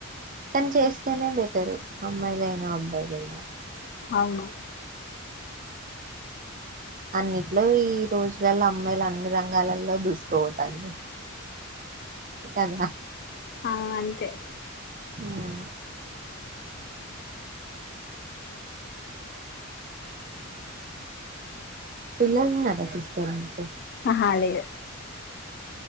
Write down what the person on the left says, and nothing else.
అవును
ఆ అంతే
అ
ఆహా, లేదు